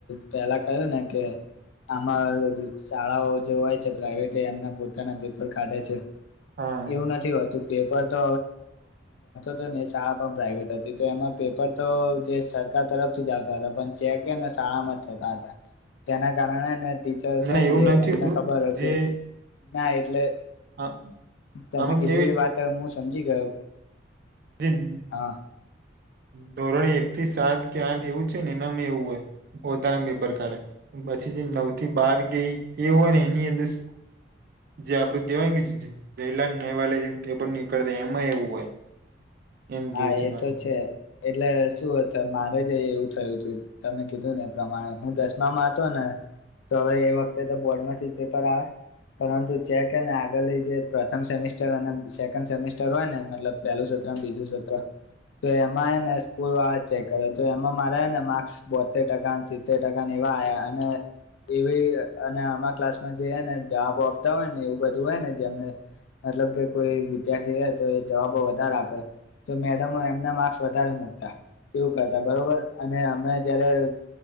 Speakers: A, on the left (about 80°); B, on the right (about 50°).
A: પહેલા કહ્યું ને કે આમાં શાળાઓ જે હોય છે, પ્રાઈવેટે એમના પોતાના પેપર કાઢે છે.
B: હા
A: એવું નથી હોતું. પેપર તો હવે પેપર તો જે સરકાર તરફથી જ આવતા હતા પણ ચેકને શાળામાં જ થતા હતા. તેના કારણેને ટીચર્સ હોય
B: ના
A: ને
B: એવું
A: જે
B: નથી
A: એમને
B: હોતું
A: ખબર હોય,
B: જે
A: કે ના એટલે
B: આ-
A: તમે
B: આમાં
A: કીધું એ વાત મુ સમજી ગયો.
B: હું.
A: હા
B: ધોરણે એક થી સાત કે આઠ એવું છે, ને એનામાં એવું હોય પોતાના પેપર કાઢે પછી નવ થી બાર ગઈ એવો ને એની અંદર જે આપડે કવાયત જયલાલ નવાલે જે પેપર નીકળતા એમાં એવું હોય. એમ
A: હા
B: કેવું
A: એ
B: મારું
A: તો છે, એટલે શું હતું મારે જ એવું થયું હતું. તમે કીધું ને એ પ્રમાણે હું દસમામાં હતો, ને તો હવે એ વખતે તો બોર્ડ માંથી પેપર આવે. પરંતુ ચેકને આગળ જે પ્રથમ સેમિસ્ટર સેકન્ડ સેમિસ્ટર હોય ને મતલબ પેલું. પ્રથમ સત્ર, બીજું સત્ર તો એમાં ને સ્કૂલ વાળા ચેક કરે તો એમાં મારે ને માર્સ બોતેર ટકા સિત્તેર ટકા એવા. યા અને એવી અને આમાં ક્લાસમાં જેને જવાબો આપતા હોય, ને એવું બધું હોયને જેમને એટલે કે કોઈ વિદ્યાર્થી હો તો એ જવાબો વધારે આપે. તો મેડમો એમના માર્ક્સ વધારે મુકતાં. એવું કરતા બરોબર અને અમે જ્યારે.